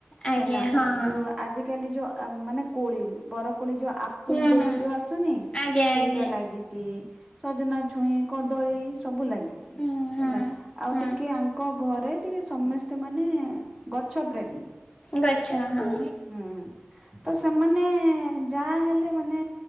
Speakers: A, on the left (about 20°); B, on the right (about 20°).
A: ଆଜ୍ଞା
B: ହେଲା
A: ହଁ
B: ଯୋଉ ଆଜିକାଲି ଯୋଉ ମାନେ କୋଳି ବର କୋଳି ଯୋଉ ଆ
A: ହୁଁ
B: ଫୁଲବେରୀ
A: ହୁଁ
B: ଯୋଉ ଆସୁନି
A: ଆଜ୍ଞା
B: ସେଇଟା
A: ଆଜ୍ଞା
B: ଲାଗିଚି ସଜନା ଛୁଇଁ କଦଳୀ ସବୁ ଲାଗିଚି
A: ହୁଁ ହଁ
B: ହେଲା। ଆଉ
A: ହଁ
B: ଟିକେ ଆଙ୍କ ଘରେ ଟିକେ ସମସ୍ତେ ମାନେ ଗଛ ପ୍ରେମୀ।
A: ଗଛ ହଁ।
B: ହୁଁ ତସେମାନେ ଯାହା ହେଲେ ମାନେ